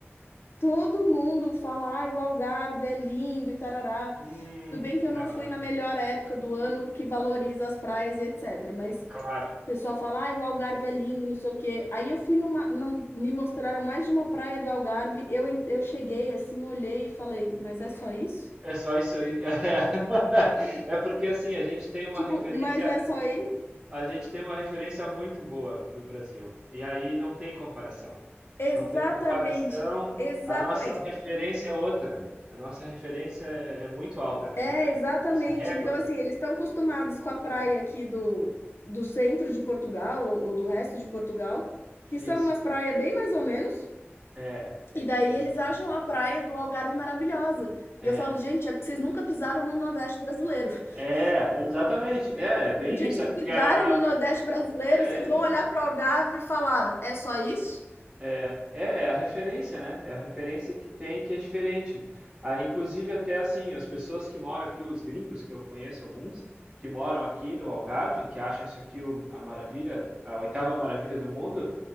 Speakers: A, on the left; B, on the right.
A: todo mundo fala, ai, o Algarve é lindo e tarará.
B: Hum,
A: Tudo bem que
B: não,
A: eu não fui na melhor época do ano, porque valoriza as praias e etc. Mas
B: claro.
A: o pessoal fala, ai, o Algarve é lindo, não sei o quê. Aí eu fui numa, num- me mostraram mais de uma praia do Algarve. Eu, en- eu cheguei assim, olhei e falei, mas é só isso?
B: É só isso aí. <laughs> É, porque assim, a gente tem uma
A: Tipo,
B: referência,
A: mas é só isso?
B: a gente tem uma referência muito boa do Brasil. E aí não tem comparação.
A: Exatamente,
B: Não tem comparação.
A: exatamente.
B: A nossa referência é outra. A nossa referência é, é muito alta, na realidade.
A: É, exatamente.
B: Nossa régua.
A: Então, assim, eles estão acostumados com a praia aqui do, do centro de Portugal, ou, ou do resto de Portugal, que
B: é
A: são
B: Isso.
A: umas praias bem mais ou menos.
B: É,
A: E daí
B: exatamente.
A: eles acham a praia do Algarve maravilhosa.
B: É.
A: E eu falo, gente, é porque vocês nunca pisaram no Nordeste brasileiro. <laughs>
B: É, exatamente. É, é bem
A: O dia
B: isso.
A: que vocês
B: É porque
A: pisarem
B: a,
A: no Nordeste brasileiro,
B: é
A: vocês vão olhar para o Algarve e falar, é só isso?
B: É, é, é a referência, né? É a referência que tem que é diferente. Ah, inclusive, até assim, as pessoas que moram aqui, os gringos, que eu conheço alguns, que moram aqui no Algarve, que acham isso aqui o- a maravilha, a oitava maravilha do mundo,